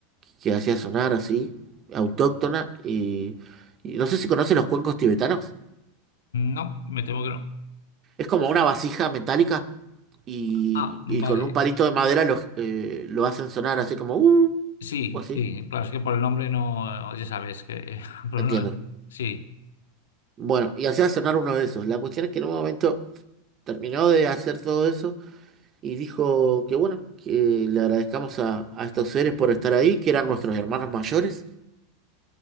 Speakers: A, on the right; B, on the left.
A: que hacía sonar así, autóctona, y, y no sé si conoces los cuencos tibetanos.
B: No, me temo que no.
A: Es como una vasija metálica y,
B: Ah, vale.
A: y con un palito de madera lo, eh, lo hacen sonar así como, uh,
B: Sí,
A: o así,
B: sí, claro, es que por el nombre no, ya sabes que... <laughs> por
A: entiendo.
B: el nombre- Sí.
A: Bueno, y hacía sonar uno de esos. La cuestión es que en un momento terminó de hacer todo eso y dijo que bueno, que le agradezcamos a, a estos seres por estar ahí, que eran nuestros hermanos mayores